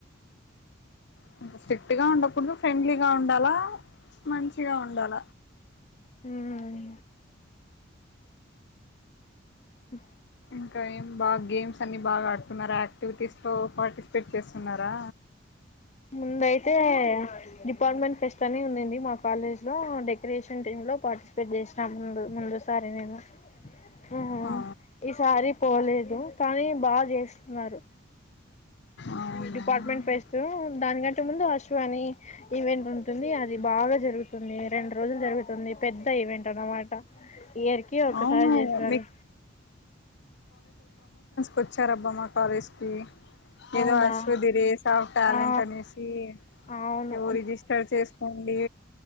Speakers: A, on the left; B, on the left.
A: హ్మ్ హు స్ట్రిక్ట్ గా ఉండకూడదు ఫ్రెండ్లీగా ఉండాలా మంచిగా ఉండాల
B: హ్మ్ అ
A: ఇంకా ఎం బాగా గేమ్స్ అన్ని బాగా ఆడుతున్నారా <unintelligible> విటీస్లో పార్టిసిపేట్ చేస్తున్నారా
B: ముందయితే డిపార్ట్మెంట్ ఫెస్ట్ అని ఉందింది మా కాలేజ్ లో డెకరేషన్ టీం లో పార్టిసిపేట్ చేస్ నా ముందు ముందు సారి నేను హ్మ్
A: ఆ
B: ఈసారి పోలేదు కానీ బాగా చేస్ వారు
A: అవునా
B: డిపార్ట్మెంట్ ఫెస్ట్ దానికంటే ముందు అషు అని ఈవెంట్ ఉంటుంది అది బాగా జరుగుతుంది రెండు రోజులు జరుగుతుంది పెద్ద ఈవెంట్ అనమాట ఇయరికి ఒకసారి
A: అవును
B: చేస్తారు
A: మీకు వచ్చారబ్బ మా కాలేజ్ కి
B: అవునా
A: ఏదో అశ్వధిరేస్ అఫ్ టాలెంట్
B: ఆ
A: అనేసి
B: అవును
A: ఏవో రిజిస్టర్ చేసుకోండి